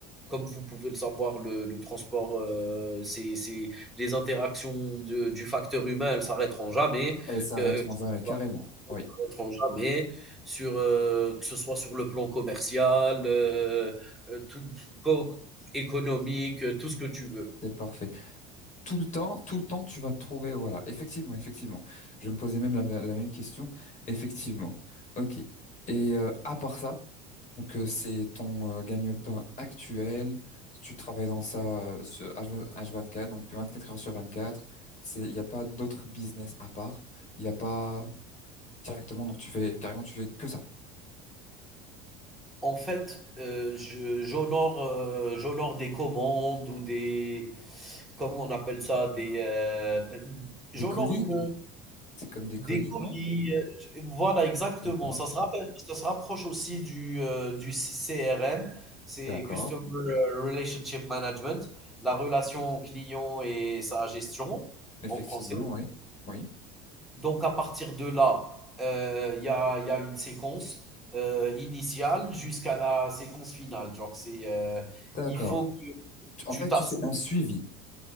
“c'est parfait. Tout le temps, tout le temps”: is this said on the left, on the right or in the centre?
Left